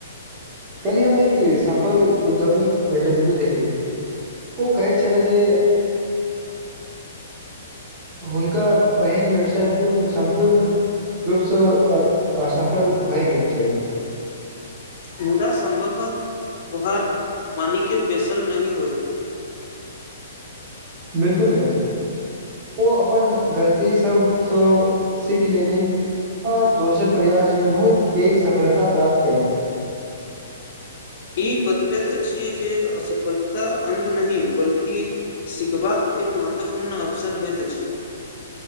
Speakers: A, on the right; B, on the left.
A: कल्ही हम एक सफल उद्यमिक इंटरव्यू देखलू ओ कहै छलय जे हुनका पहिन व्यवसाय पूर्ण सम्पूर्ण रूपसँ असफल भए गेल छल
B: मुदा संभवत ओहहार मानिक के बेसल नहि होयत
A: बिलकुल नहि ओ अपन गलती सभसँ सीख लेलिन आओर दोसर परयासमे बहुत पैघ सफलता प्राप्त क ली
B: ई बतबैत अछि जे असफल तऽ अन्त नहि बल्कि सिखबाक एक महत्वपूर्ण अवसर होइत अछि <inaudible>